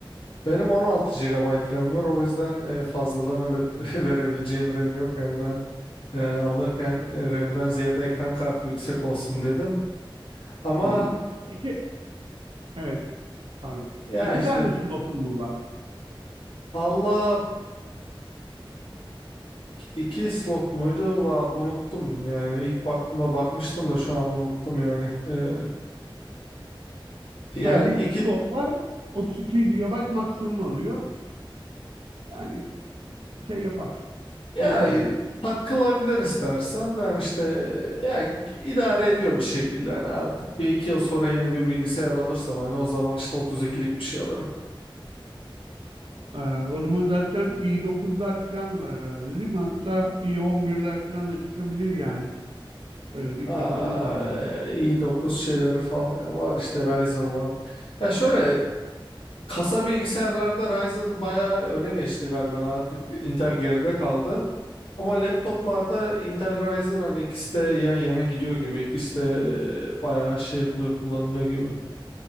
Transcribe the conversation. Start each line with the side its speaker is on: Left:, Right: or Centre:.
Left: Benim 16 gigabayt RAM var. O yüzden e, fazladan öyle <laughs> verebileceğim RAM yok. Yani ben e, alırken e, RAM'den ziyade ekran kartı yüksek olsun dedim. Ama
Right: Hı hı. İki, evet pardon.
Left: e, ya
Right: İki
Left: işte
Right: tane slotum bu var.
Left: Allah İki, iki slot muydu? Va, unuttum yani. İlk baktığımda bakmıştım da şu an unuttum yani. Ee, yani
Right: Bende iki
Left: iki
Right: slot var. 32 gigabayt maksimum alıyor. Yani şey yapar.
Left: ya
Right: Götür diye düşünüyorum.
Left: takılabilir istersem de yani işte yani idare ediyor bir şekilde. Yani artık bir iki yıl sonra yeni bir bilgisayar alırsam hani o zaman işte otuz ikilik bir şey alırım.
Right: Ee, o zaman zaten i9'lar falan var herhalde değil mi? Hatta i11'ler falan da çıkabilir yani. Öyle bir
Left: Aa,
Right: izlenim var bende.
Left: i dokuz şeyleri falan var işte Ryzen var. Ya şöyle kasa bilgisayarlarda Ryzen bayağı öne geçti galiba. Yani artık Intel geride kaldı. Ama laptoplarda Intel Ryzen hani ikisi de yan yana gidiyor gibi. İkisi de e, bayağı şey yapılıyor, kullanılıyor gibi.